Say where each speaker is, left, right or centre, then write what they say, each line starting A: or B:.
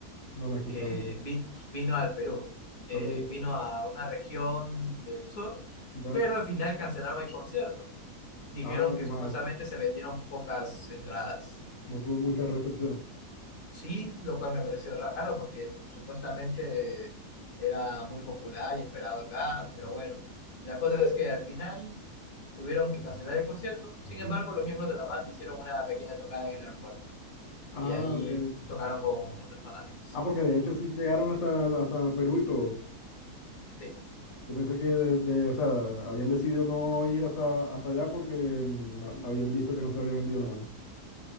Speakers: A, on the left; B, on the left.
A: no lo he escuchado.
B: que vi- vino al Perú. Eh,
A: Ok,
B: vino a una región del sur,
A: ya.
B: pero al final cancelaron el concierto. Dijeron
A: Ah,
B: que
A: qué
B: supuestamente
A: mal.
B: se vendieron pocas entradas.
A: No tuvo mucha recepción.
B: Sí, lo cual me pareció raro porque supuestamente era muy popular y esperado acá, pero bueno, la cosa es que al final tuvieron que cancelar el concierto. Sin embargo, los miembros de la banda hicieron una pequeña tocada en el aeropuerto.
A: Ah,
B: y ahí
A: ok.
B: tocaron con los fanáticos.
A: Ah, porque de hecho sí llegaron hasta, hasta Perú y todo.
B: Sí.
A: Yo pensé que de- de- o sea, habían decidido no ir hasta, hasta allá porque mm, ha- habían visto que no se había vendido nada.